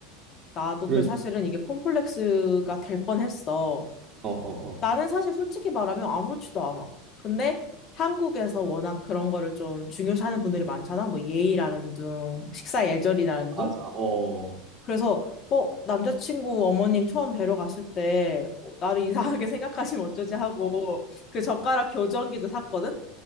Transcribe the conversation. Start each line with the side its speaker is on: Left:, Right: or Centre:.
Left: 나도
Right: 그래서
Left: 그래서 사실은 이게 콤플렉스가 될 뻔했어.
Right: 어, 어, 어.
Left: 나는 사실 솔직히 말하면 아무렇지도 않아. 근데 한국에서 워낙 그런 거를 좀 중요시하는 분들이 많잖아. 뭐 예의라는 둥, 식사 예절이라는 둥.
Right: 맞아. 어.
Left: 그래서 어, 남자친구 어머님 처음 뵈러 갔을 때 어, 나를 이상하게 <laughs> 생각하시면 어쩌지 하고 그 젓가락 교정기도 샀거든.